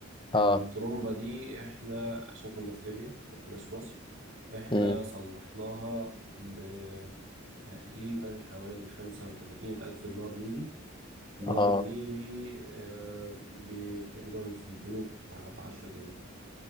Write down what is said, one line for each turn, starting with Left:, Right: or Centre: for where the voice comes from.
Left: اه
Right: الترومبا دي احنا عشان كنا في ليبيا ما كناش في مصر احنا
Left: امم
Right: صلحناها بتقريبا حوالي خمسة وتلاتين ألف دينار ليبي النار
Left: اه
Right: الليبي آه، بي- تقريبا في البنوك بعشرة جنيه